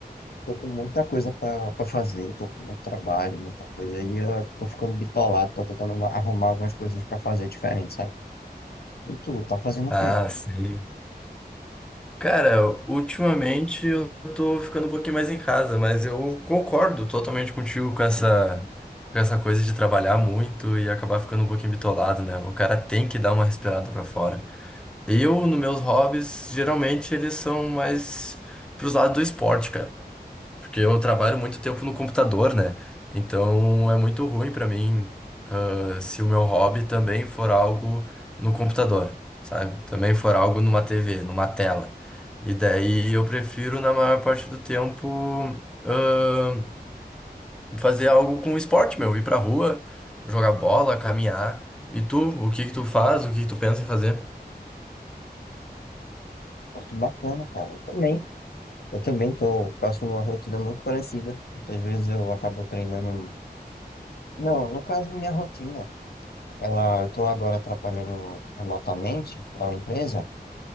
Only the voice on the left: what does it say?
Tô com muita coisa pra, pra fazer, tô com muito trabalho, muita coisa, e eu tô ficando bitolado, tô tentando arrumar algumas coisas pra fazer diferente, sabe? E tu, tá fazendo o
quê?
Muito bacana, cara. Eu também. Eu também tô passando uma rotina muito parecida. Muitas vezes eu acabo treinando. Não, no caso, minha rotina. Ela, eu tô agora trabalhando remotamente para uma empresa.